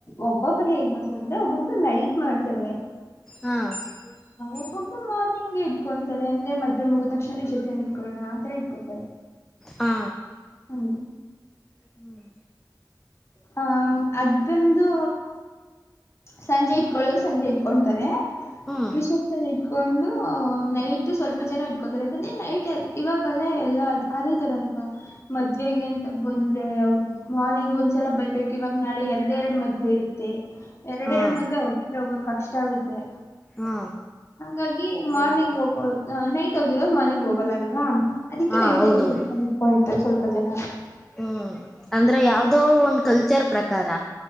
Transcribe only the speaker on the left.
ಒಬ್ಬೊಬ್ಬರು ಹೇಗ್ ಮಾಡಸಂದ್ರೆ ಒಬ್ಬೊಬ್ರು ನೈಟ್ ಮಾಡ್ತಾರೆ.
ಒ ಮಾರ್ನಿಂಗ್ಗೆ ಇಟ್ಕೊಂತಾರೆ ಅಂದ್ರೆ ಮದ್ವೆಮುಗದ್ ತಕ್ಷಣ ರಿಸೆಪ್ಷನ್ ಇಟ್ಕೊಳ್ಳೋಣ ಅಂತ ಇಟ್ಕೊಳ್ತಾರೆ
ಹ್ಮ್
ಹ ಅದಂದು ಸಂಜೆ ಇಟ್ಕೊಳ್ಳೋರು ಸಂಜೆ ಇಟ್ಕೊಂತಾರೆ
ರಿಸೆಪ್ಷನ್ ಇಟ್ಕೊಂಡು ನೈಟ್ ಸ್ವಲ್ಪ ಜನ ಇಟ್ಕೋತಾರೆ ಯಾಕಂದ್ರೆ ನೈಟ್ ಇವಾಗಲ್ಲ ಎಲ್ಲಾ ಅದೇ ತರ ಹ <unintelligible> ಮದ್ವೆೆಗೆ ಎಂತ ಬಂದ್ರೆ ಅವರು ಮಾರ್ನಿಂಗ್ ಒಂದ್ಸಲ ಬರ್ಬೇಕು ಇವಾಗ ನಾಳೆ ಎರಡು ಎರಡು ಮದ್ವೆ ಇರುತ್ತೆ. ಎರಡ
ಎರಡ ಮದ್ವೆ ಒಟ್ಗೆ ಹೋಗಕ್ಕ ಕಷ್ಟ ಆಗುತ್ತೆ.
ಹಂಗಾಗಿ ಮಾರ್ನಿಂಗ್
ಹೋಗ್ಬೋದು ನೈಟ್ ಟ ಹೋಗಿರೋರು ಮಾರ್ನಿಂಗ್ ಹೋಗಲ್ಲ ಅಲ್ವಾ ಅದಕ್ಕೆ
ನೈಟೆ
ರಿಸೆಪ್ಷನ್ ಇಟ್ಕೊಂಡಿರ್ತಾರೆ ಸ್ವಲ್ಪ ಜನ.